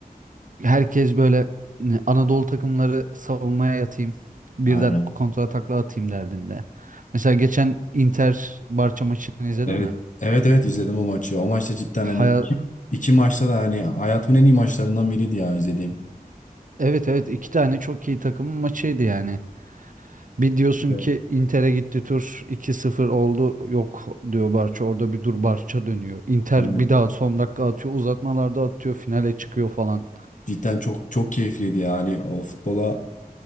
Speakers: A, on the right; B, on the left.
A: herkes böyle ne, Anadolu takımları savunmaya yatayım. Birden
B: Aynen.
A: kontra takla atayım derdinde. Mesela geçen Inter Barça maçını izledin
B: Evet.
A: mi?
B: Evet evet izledim o maçı. O maçta cidden
A: Haya-
B: hani iki, iki maçta da hani hayatımın en iyi maçlarından biriydi ya izlediğim.
A: evet evet iki tane çok iyi takımın maçıydı yani. Bir diyorsun
B: Evet.
A: ki Inter'e gitti tur iki sıfır oldu yok diyor Barça orada bir dur Barça dönüyor. Inter
B: Evet.
A: bir daha son dakika atıyor uzatmalarda atıyor finale çıkıyor falan.
B: Cidden çok çok keyifliydi yani o futbola